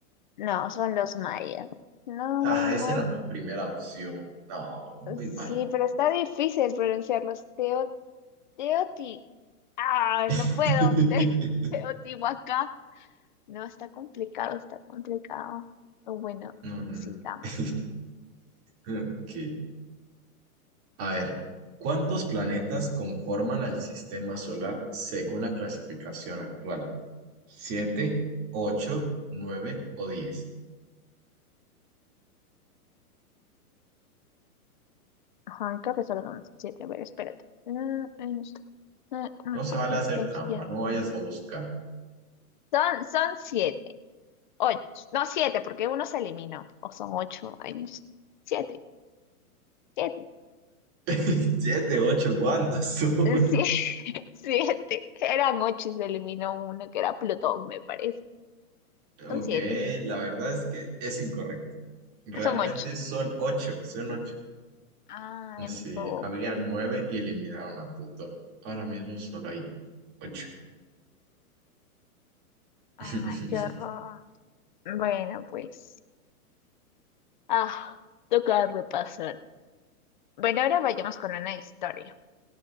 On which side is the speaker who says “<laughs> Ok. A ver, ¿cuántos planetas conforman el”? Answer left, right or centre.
Right